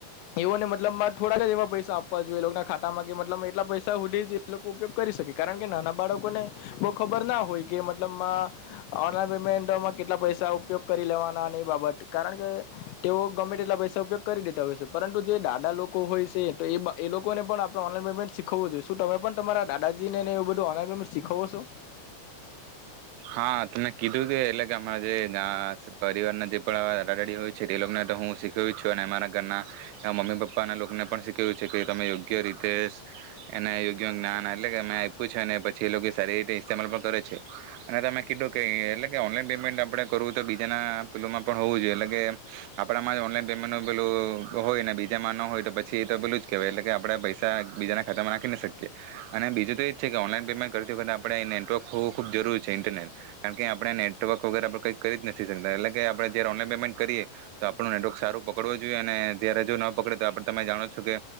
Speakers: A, on the left; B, on the right.
A: એઓને મતલબ માં થોડાક એવા પૈસા આપવા જોઈએ એ લોકના ખાતામાં કે મતલબ એટલા પૈસા હુદી જ એ લોકો ઉપયોગ કરી શકે. કારણ કે નાના બાળકોને બો ખબર ના હોય કે મતલબ માં ઓનલાઈન પેમેન્ટમાં કેટલા પૈસા ઉપયોગ કરી લેવાના એ બાબત કારણ કે તેઓ ગમે તેટલા એટલા પૈસા ઉપયોગ કરી દેતા હોય છે. પરંતુ જે દાદા લોકો હોય છે તો એ એ લોકોને પણ આપણે ઓનલાઈન પેમેન્ટ શીખવવું જોઈએ. શું તમે પણ તમારા દાદાજી ને ને એ બધું ઓનલાઈન પેમેન્ટ શીખવો છો?
B: હા તને કીધું કે એટલે કે અમારા જે અ પરિવારના જે પણ દાદા દાદી હોય છે. તે લોકોને તો હું શીખ્યું છું અને અમારા ઘરના મમ્મી પપ્પાના લોકોને પણ શીખ્યું છે. કે તમે યોગ્ય રીતે એને યોગ્ય જ્ઞાન એટલે કે મે આપ્યું છે. અને પછી એ લોકો સારી રીતે ઇસ્તમલ પણ કરે છે. અને તમે કીધું કે એટલે કે ઓનલાઈન પેમેન્ટ આપણે કરવું તો બીજાના પેલું માં પણ હોવું જોઈએ એટલે કે આ આપણામાં જ ઓનલાઈન પેમેન્ટનું પેલું હોય ને બીજામાં ન હોય તો પછી એ તો પેલું જ કહેવાય એટલે કે આપણે પૈસા બીજાના ખાતામાં નાખી ન શકીએ, અને બીજું તો એ જ છે કે ઓનલાઈન પેમેન્ટ કરતી વખતે આપણે એ નેટવર્ક હોવું ખૂબ જરૂરી છે ઇન્ટરનેટ. કારણ કે આપણે નેટવર્ક વગેર આપણે કંઈ કરી જ નથી શકતા એટલે કે આપણે જયારે ઓનલાઈન પેમેન્ટ કરીએ તો આપણું નેટવર્ક સારું પકડવું જોઈએ અને જયારે જો ન પકડે તો આપ તમે જાણો છો કે